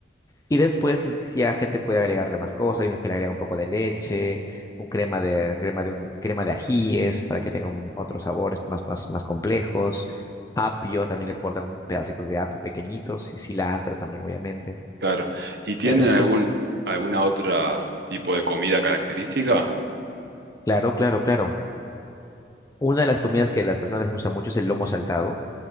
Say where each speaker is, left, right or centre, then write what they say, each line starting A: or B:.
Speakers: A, on the left; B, on the right.
A: Y después, si si a gente puede agregarle más cosas, hay unos que le agregan un poco de leche, un crema de, crema de un, crema de ajíes para que tenga un- otros sabores más, más, más complejos. Apio, también le cortan un- pedacitos de apio pequeñitos y cilantro también, obviamente.
B: claro. ¿Y tienen
A: E- Eso
B: algún,
A: es,
B: alguna otra tipo de comida característica?
A: claro, claro, claro. Una de las comidas que a las personas les gusta mucho es el lomo saltado.